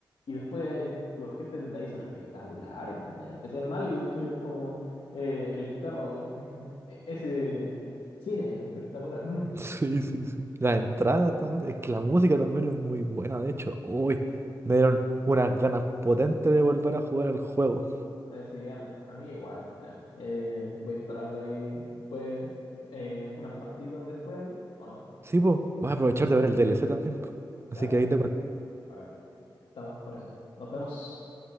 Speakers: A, on the left (about 80°); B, on the right (about 30°).
A: y después, los jefes de ahí son espectaculares, en especial Malik, que que es como eh, el perro, <laughs> e- ese cine espectacular. Mm.
B: <laughs> sí, sí, sí. Las entradas también. Es que la música también es muy buena, de hecho. Uy, me dieron unas ganas potentes de volver a jugar al juego.
A: Eh, sí, a, a mí igual, ya. Eh, voy a instalarlo ahí, pues, eh, unas partidas después ahí, ¿o no?
B: Sí, pues, vas a aprovechar de ver el D L C también, po. Así
A: Ya, pues,
B: que ahí te cuento.
A: bacán. Estamos con eso. Nos vemos.